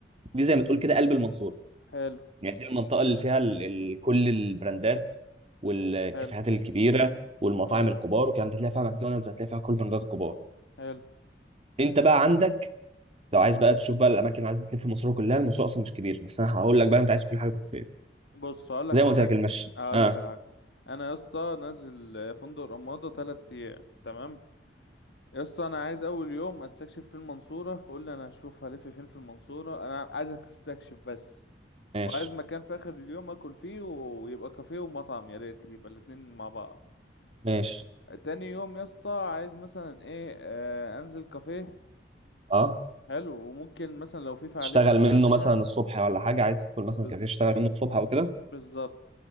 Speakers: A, on the right; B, on the left.
A: دي زي ما تقول كده قلب المنصوره
B: حلو
A: يعني دي المنطقه اللي فيها ال... ال... كل البراندات والكافيهات
B: حلو
A: الكبيره والمطاعم
B: مم.
A: الكبار والكلام ده هتلاقي فيها ماكدونالدز هتلاقي فيها كل البراندات الكبار
B: حلو
A: انت بقى عندك لو عايز بقى تشوف بقى الاماكن اللي عايز تلف في المنصوره كلها المنصوره اصلا مش كبير بس انا هقول لك بقى انت عايز كل حاجه تروح فين
B: بص اقول لك
A: زي
B: على
A: ما قلت
B: حاجة
A: لك المشي
B: اقول
A: اه
B: لك على حاجة انا يا اسطى نازل فندق رمادة تلات ايام تمام يا اسطى انا عايز اول يوم استكشف في المنصوره قول لي انا هشوف هلف فين في المنصوره انا عايزك استكشف بس
A: ماشي
B: وعايز مكان في اخر اليوم اكل فيه ويبقى كافيه ومطعم يا ريت يبقى الاتنين مع بعض
A: ماشي
B: تاني يوم يا اسطى عايز مثلا ايه آه انزل كافيه
A: اه
B: حلو وممكن مثلا لو في فعاليه
A: تشتغل
B: ممكن
A: منه
B: اعملها
A: مثلا الصبح ولا حاجه عايز تدخل مثلا
B: ب-
A: كافيه تشتغل منه الصبح او كده
B: بالظبط